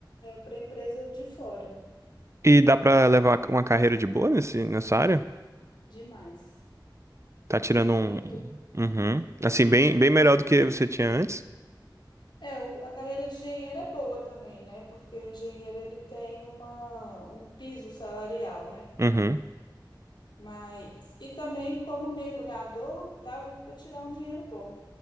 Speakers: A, on the left (about 70°); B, on the right (about 35°).
A: para empresa de fora.
B: E dá pra levar uma carreira de boa nesse, nessa área?
A: Demais.
B: Tá tirando
A: Muito.
B: um. Uhum. Assim, bem, bem melhor do que você tinha antes?
A: É, o- a carreira de engenheiro é boa também, né? Porque o engenheiro ele tem uma, um piso salarial, né?
B: Uhum.
A: Mas, e também como mergulhador, dá para tirar um dinheiro bom.